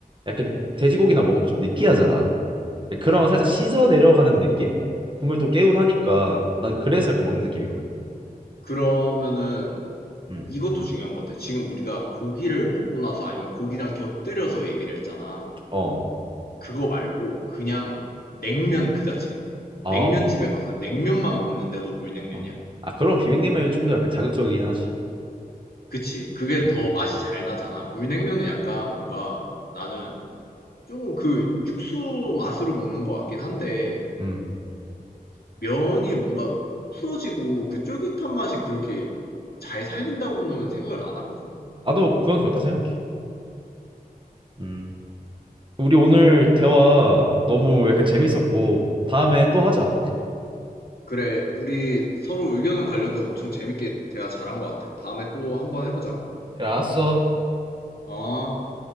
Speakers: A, on the right (about 30°); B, on the left (about 80°).
A: 약간 돼지고기나 먹으면 좀 느끼하잖아. 네, 그런 거 살짝
B: 음.
A: 씻어
B: 음.
A: 내려가는 느낌? 국물 또 개운하니까 난 그래서 약간 먹는 느낌이거든.
B: 그러면은
A: 음.
B: 이것도 중요한 것 같아. 지금 우리가 고기를 먹고 나서 아니면 고기랑 곁들여서 얘기를 했잖아.
A: 어.
B: 그거 말고 그냥 냉면 그 자체.
A: 어.
B: 냉면집에 가서 냉면만 먹는데도 물냉면이야?
A: 아, 아, 그런 비빔냉면이 좀 더 약간 자극적이긴 하지.
B: 그치. 그게
A: 음.
B: 더 맛이 잘 나잖아. 물냉면은
A: 어.
B: 약간 뭔가 나는 조금 그 육수 맛으로 먹는 것 같긴 한데
A: 음.
B: 면이 뭔가 풀어지고 그 쫄깃한 맛이 그렇게 잘 살린다고는 생각을 안 하거든.
A: 나도 그건 그렇다 생각해. 음. 우리 오늘 대화 너무 약간 재밌었고 다음에 또 하자.
B: 그래, 우리 서로 의견은 갈려도 엄청 재밌게 대화 잘한 것 같아. 다음에 또 한번 해보자.
A: 그래, 알았어.
B: 어?